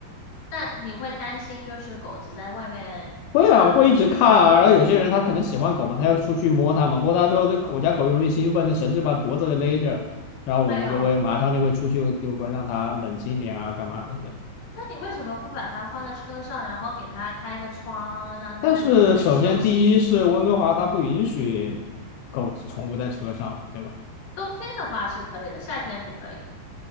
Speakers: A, on the left; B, on the left.
A: 那你会担心就是狗子在外面觉得很，
B: 会啊，我会一直看啊。然后有些人他可能喜欢狗嘛，他要出去摸它嘛，摸它之后，这狗我家狗就容易兴奋，这绳子把脖子给勒着，然后我们就会马上就会出去，
A: 哎呦，
B: 就就会让它冷静一点啊，干嘛的？对。
A: 那你为什么不把它放在车上，然后给它开个窗，让它在里面可以休息？
B: 但是首先第一是温哥华它不允许狗宠物在车上嘛，对吧？
A: 冬天的话是可以的，夏天不可以。